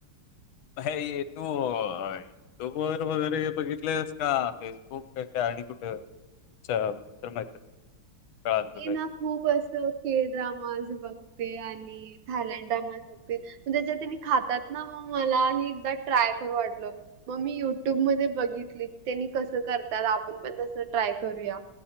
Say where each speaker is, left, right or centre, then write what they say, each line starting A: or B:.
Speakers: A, on the left; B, on the right.
A: <unintelligible>
B: होय.
A: हे तू युट्यूब वर वगैरे बघितलेयस का फेसबुक काय आणि कुठ. चल तर
B: मी
A: <unintelligible>
B: ना खूप असं केळ ड्रामाज बघते, आणि थायलंँड ड्रामाज बघ त्याच्याने खातात ना मग मला ह एकदा ट्राय करू वाटलं. मग मी युट्यूब मध्ये बघितली त्यांनी कसं करतात आपण पण तसं ट्राय करूया.